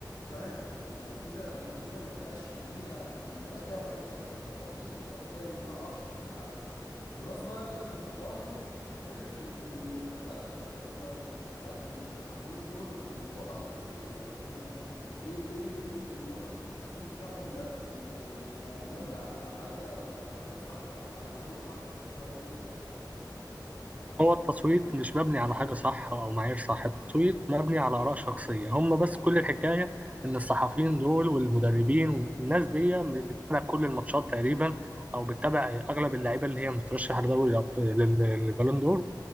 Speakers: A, on the left (about 80°); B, on the right (about 20°).
A: فاهم طب ما ما كده ما كده ما بقاش ليها ما بقاش ليها معايير ثابته فاهم قصدي يعني كده ما بتعرفش تقيس على اساسها بلس بقى ان انت مش ضامن فكره ال- المنتخبات يعني انت منتخبات والصحفيين دول بيصوتوا على اساس ايه يعني هم ايه ايه ايه اللي يضمن لك ان التصويت بتاعهم ده يعني يبقى مبني على حاجه حاجه صح او على معايير صح فاهم قصدي
B: هو التصويت مش مبني على حاجة صح أو معايير صح التصويت مبني على آراء شخصية هم بس كل الحكاية إن الصحفيين دول والمدربين والناس دي بتتابع كل الماتشات تقريبا أو بتتابع أغلب اللعيبة اللي هي مترشحة لدوري الأبط- لل- للبالون دور